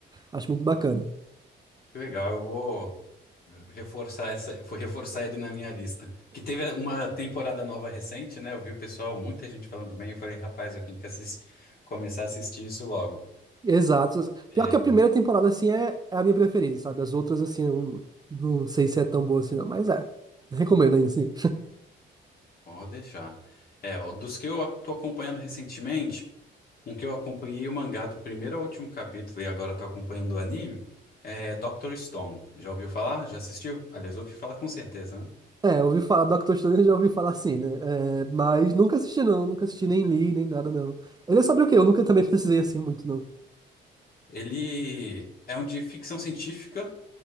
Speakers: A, on the right; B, on the left.
A: acho muito bacana.
B: que legal. Eu vou. Reforçar essa, vou reforçar ele na minha lista. Que teve uma temporada nova recente, né? Eu vi o pessoal, muita gente falando bem. Eu falei, rapaz, eu tenho que assis- começar a assistir isso logo.
A: Exato.
B: É,
A: Pior que a primeira temporada, assim, é, é a minha preferida, sabe? As outras, assim, eu não sei se é tão boa assim, não, mas é. Recomendo ainda, assim.
B: pode deixar. É, ó, dos que eu tô acompanhando recentemente, um que eu acompanhei o mangá do primeiro ao último capítulo e agora tô acompanhando o anime, é Dr. Stone. Já ouviu falar? Já assistiu? Aliás, ouvi falar com certeza, né?
A: É, eu ouvi falar Doctor Stone, eu já ouvi falar assim, né? É, mas nunca assisti, não. Nunca assisti, nem li, nem nada, não. Ele é sobre o quê? Eu nunca também <laughs> precisei, assim, muito, não.
B: Ele é um de ficção científica,